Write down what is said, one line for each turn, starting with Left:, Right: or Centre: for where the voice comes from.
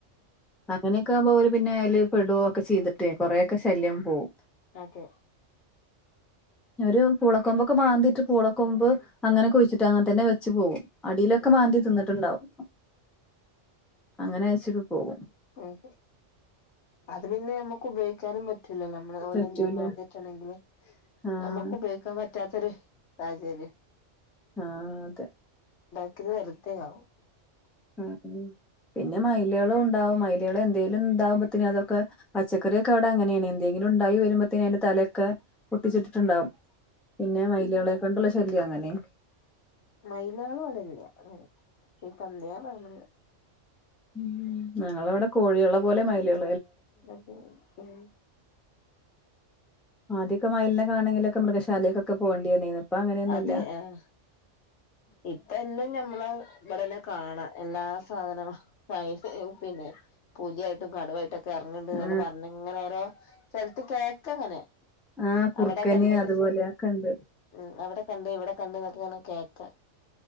Centre: അങ്ങനെയൊക്കെ ആമ്പോ ഓര് പിന്നെ അതില് പെടുക ഒക്കെ ചെയ്തിട്ടേ കൊറെയൊക്കെ ശല്യം പോവും.
Left: അതെ
Centre: <inaudible> ഒരു പൂളക്കൊമ്പൊക്കെ മാന്തിയിട്ട് പൂളക്കൊമ്പ് അങ്ങനെ കുഴിച്ചിട്ട് അങ്ങനെ തന്നെ വെച്ച് പോകും. അടിയിലൊക്കെ
Left: ഉം
Centre: മാന്തി തിന്നിട്ടുണ്ടാവും അങ്ങനെ അച്ചിട്ട് പോകും.
Left: ഉം അത് പിന്നെ നമ്മുക്ക് ഉപയോഗിക്കാനും. പറ്റില്ലല്ലോ നമ്മള് ഓലെ
Centre: പറ്റൂല
Left: അങ്ങനെ മാന്തിയിട്ടുണ്ടെങ്കിലും
Centre: ആഹ്
Left: നമുക്ക് ഉപയോഗിക്കാൻ പറ്റാത്ത ഒരു. അതു ശരി.
Centre: ആഹ് അതെ.
Left: ഇത് വെറുതെയാവും.
Centre: ആഹ് പിന്നെ മയിലുകളും ഉണ്ടാവും മയിലുകൾ എന്തേലും ഇതാകുമ്പത്തെ അതൊക്കെ പച്ചക്കറിയൊക്കെ അവിടെ അങ്ങനെയാണ് എന്തെങ്കി ഉണ്ടായി വരുമ്പോഴത്തേന് അതിന്റെ തലയൊക്കെ പൊട്ടിച്ചിട്ടിട്ടുണ്ടാവും. പിന്നെ മയിലുകളെ കൊണ്ടുള്ള ശല്യം അങ്ങനെയാ.
Left: മയിലുകളും ഇവിടെയില്ല അങ്ങനെ ഈ പന്നിയോ മൃഗങ്ങളോ.
Centre: ഉം ഞങ്ങൾ ഇവിടെ കോഴിയുള്ള പോലെ മയിലുകൾ.
Left: അതെ ഉം
Centre: ആദ്യമൊക്കെ മയിലിന് കാണണമെങ്കിൽ ഒക്കെ മൃഗശാലയിൽ ഒക്കെ പോകേണ്ട വന്നേനെ. ഇപ്പൊ അങ്ങനെയൊന്നുമല്ല.
Left: അതെ ആ ഇപ്പ എല്ലാം ഞമ്മള് ഇവിടെ എല്ലാ കാണാം എല്ലാ സാധനങ്ങളും മയില് പിന്നെ. പുലിയായിട്ടും കടുവായിട്ടൊക്കെ ഇറങ്ങിണ്ട്
Centre: ആഹ്
Left: എന്നുപറഞ്ഞു ഇങ്ങനെ ഓരോ സ്ഥലത്ത് കേക്കാം അങ്ങനെ.
Centre: ആഹ് കുറുക്കന്
Left: അവിടെ കണ്ട്
Centre: അതുപോലെയൊക്കെ ഉണ്ട്
Left: ഉം അവിടെ. കണ്ട് ഇവിടെ കണ്ട് എന്നൊക്കെങ്ങനെ കേക്കാം.